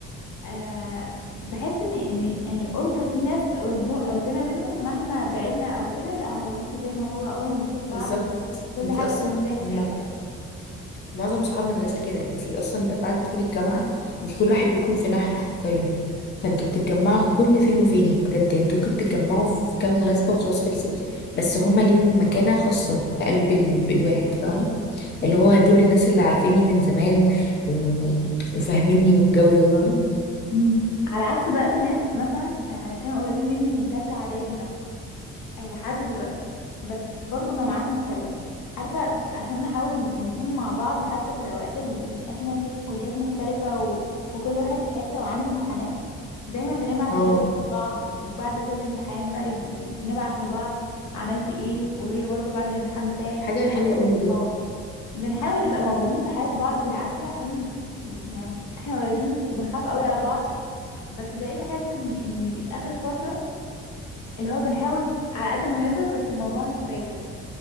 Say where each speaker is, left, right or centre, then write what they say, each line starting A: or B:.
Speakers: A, on the left; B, on the left.
A: آه بحس ان إن- يعني قرب في ناس قرب قربنا منهم مهما بعدنا او كده لا هو لسه زي ما هو اول ما بنشوف بعض
B: بالظبط
A: كل
B: انت
A: حاجة
B: اصلا
A: بتبان.
B: هم معظم صحاب مدرسه كده انت اصلا بعد ما تدخلي الجامعه انت كل واحد بيكون في ناحيه حرفيا فانتوا بتتجمعوا كل فين وفين بجد يعني انتوا ممكن تتجمعوا في كام مناسبه وخلاص خلصت بس هم ليهم مكانه خاصه في قلب ال... الواحد فاهمه اللي هو دول الناس اللي عارفيني من زمان و- وفاهميني والجو ده فاهم
A: مم. على عكس بقى في ناس مثلا آه كانوا قريبين مني من تالتة اعدادي مثلا آه، لحد دلوقتي بس برضو جامعات مختلفة عارفة عشان نحاول نكون مع بعض حتى في الأوقات اللي احنا فيها في كليات مختلفة و... وكل واحد في حتة وعنده امتحانات دايما بنبعت
B: اه
A: الجدول لبعض وبعد كل امتحان بقى يب- نبعت لبعض عملت ايه وهي برضو بعد الامتحان بتاعي
B: حاجة
A: سبحان
B: حلوة قوي بجد
A: اه بنحاول نبقى موجودين في حياة بعض بالعافية عشان يعني احنا قريبين وبنخاف قوي على بعض بس بقيت احس اني اني اخر فترة اللي هو بنحاول على قد ما نقدر بس الموضوع مش راكب